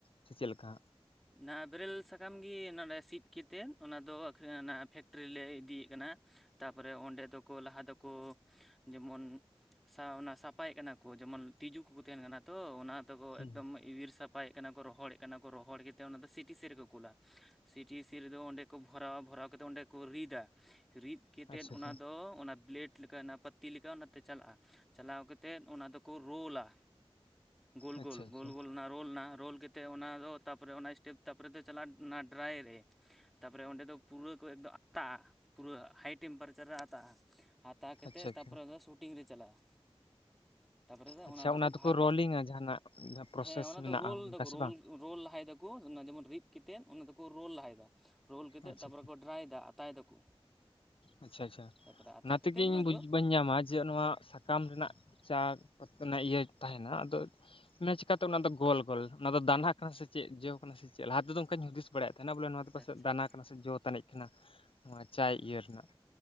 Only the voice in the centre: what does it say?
ᱚᱱᱟ ᱵᱮᱨᱮᱞ ᱥᱟᱠᱟᱢ ᱜᱮ ᱱᱚᱰᱮ ᱥᱤᱫ ᱠᱟᱛᱮᱫ ᱚᱱᱟ ᱫᱚ ᱟᱹᱠᱷᱤᱨ ᱚᱱᱟ ᱯᱷᱮᱠᱴᱨᱤ ᱨᱮᱞᱮ ᱤᱫᱤᱭᱮᱫ ᱠᱟᱱᱟ ᱛᱟᱯᱚᱨᱮ ᱚᱸᱰᱮ ᱫᱚᱠᱚ ᱞᱟᱦᱟ ᱫᱚᱠᱚ ᱡᱮᱢᱚᱱ ᱥᱟ ᱚᱱᱟ ᱥᱟᱯᱷᱟᱭᱮᱫ ᱠᱟᱱᱟ ᱠᱚ ᱡᱮᱢᱚᱱ ᱛᱤᱡᱩ ᱠᱚᱠᱚ ᱛᱟᱦᱮᱱ ᱠᱟᱱᱟ ᱛᱚ ᱚᱱᱟ ᱫᱚᱠᱚ
ᱮᱠᱫᱚᱢ ᱤᱭᱤᱨ ᱥᱟᱯᱷᱟᱭᱮᱫ ᱠᱟᱱᱟ ᱠᱚ ᱨᱚᱦᱚᱲᱮᱫ ᱠᱟᱱᱟ ᱠᱚ ᱨᱚᱦᱚᱲ ᱜᱮ ᱚᱱᱟ ᱫᱚ ᱥᱤᱴᱤ ᱥᱤ ᱨᱮᱠᱚ ᱠᱩᱞᱟ ᱥᱤᱴᱤ ᱥᱤ ᱨᱮᱫᱚ ᱚᱸᱰᱮ ᱠᱚ ᱵᱷᱚᱨᱟᱣᱟ ᱵᱷᱚᱨᱟᱣ ᱠᱟᱛᱮᱫ ᱚᱸᱰᱮ ᱠᱚ ᱨᱤᱫᱟ ᱨᱤᱫ ᱠᱟᱛᱮᱫ
ᱚᱱᱟ ᱫᱚ ᱚᱱᱟ ᱵᱞᱮᱰ ᱞᱮᱠᱟ ᱱᱟᱜ ᱯᱟᱛᱤ ᱞᱮᱠᱟ ᱚᱱᱟᱛᱮ ᱪᱟᱞᱟᱜᱼᱟ ᱪᱟᱞᱟᱣ ᱠᱟᱛᱮᱫ ᱚᱱᱟ ᱫᱚᱠᱚ ᱨᱳᱞᱟ ᱜᱳᱞ
ᱜᱳᱞ
ᱜᱳᱞ ᱜᱳᱞ ᱚᱱᱟ ᱨᱳᱞ ᱮᱱᱟ ᱨᱳᱞ ᱠᱟᱛᱮᱫ ᱚᱱᱟ ᱫᱚ ᱛᱟ ᱛᱟᱯᱚᱨᱮ ᱚᱱᱟ ᱥᱴᱮᱯ ᱛᱟᱯᱚᱨᱮ ᱫᱚ ᱪᱟᱞᱟᱜ ᱚᱱᱟ ᱰᱨᱟᱭ ᱨᱮ ᱛᱟᱯᱚᱨᱮ ᱚᱸᱰᱮ ᱫᱚ ᱯᱩᱨᱟᱹ ᱠᱚ ᱟᱛᱟᱜᱼᱟ ᱯᱩᱨᱟᱹ ᱦᱟᱭ ᱴᱮᱢᱯᱟᱨᱮᱪᱟᱨ ᱨᱮ ᱟᱛᱟᱜᱼᱟ ᱟᱛᱟ ᱠᱟᱛᱮᱫ
ᱛᱟᱯᱚᱨᱮ ᱥᱩᱴᱤᱝ ᱨᱮ ᱪᱟᱞᱟᱜᱼᱟ ᱛᱟᱯᱚᱨᱮ
ᱚᱱᱟ ᱫᱚᱠᱚ ᱵᱷᱟᱜᱼᱟ
ᱦᱮᱸ ᱚᱱᱟ
ᱫᱚ ᱨᱳᱞ
ᱫᱟᱠᱚ
ᱨᱳᱞ
ᱨᱳᱞ ᱞᱟᱦᱟᱭ ᱫᱟᱠᱚ ᱚᱱᱟ ᱡᱮᱢᱚᱱ ᱨᱤᱫ ᱠᱟᱛᱮᱫ ᱚᱱᱟ ᱫᱚᱠᱚ ᱨᱳᱞ ᱞᱟᱦᱟᱭ ᱫᱟ ᱨᱳᱞ ᱠᱟᱛᱮᱫ
ᱛᱟᱯᱚᱨᱮ ᱠᱚ ᱰᱨᱟᱭ ᱫᱟ ᱟᱛᱟᱭ ᱫᱟᱠᱚ
ᱛᱟᱨᱯᱚᱨᱮ ᱟᱛᱟ
ᱠᱟᱛᱮᱫ
ᱫᱚ
ᱟᱪᱪᱷᱟ